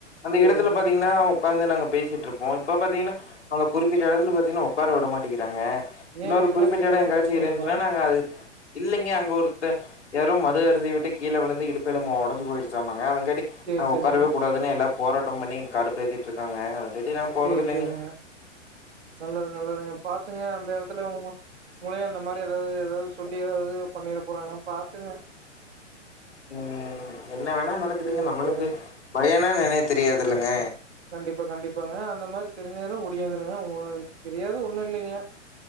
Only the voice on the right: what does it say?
சேரிங்க
ஏங்க என்னாச்சுங்க
எதா
பிரச்சனைங்களா
சேரி
சேரிங்க
சேரி சேரிங்க நல்லது நல்லதுங்க பாத்துங்க அந்த எடத்துல உங்க உங்களையு அந்த மாரி ஏதாது ஏதாது சொல்லி ஏதாது பண்ணிர போறாங்க பாத்துங்க
சேரி
சேரி
கண்டிப்பா கண்டிப்பாங்க அந்த மாரி தெரிஞ்சதுன்னா ஒடியாந்துருங்க உங்களுக்கு தெரியாது ஒண்ணு இல்லைங்க